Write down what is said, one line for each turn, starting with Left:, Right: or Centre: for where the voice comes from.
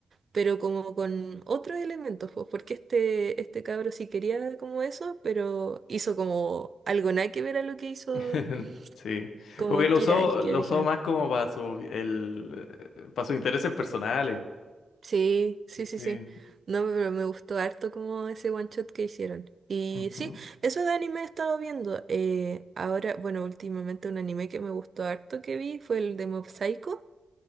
Right: pero como con otros elementos, pues, porque este, este cabro sí quería como eso, pero hizo como algo nada que ver a lo que hizo
Left: <laughs> Sí.
Right: como
Left: Como que lo
Right: Kira,
Left: usó,
Right: el que
Left: lo
Right: original.
Left: usó más como para su el para sus intereses personales.
Right: Sí, sí, sí,
Left: Sí.
Right: sí. No, pero me gustó harto como ese one shot que hicieron. Y
Left: Ujú.
Right: sí, eso de anime he estado viendo. Eh, ahora, bueno, últimamente un anime que me gustó harto que vi fue el de Mob Psycho.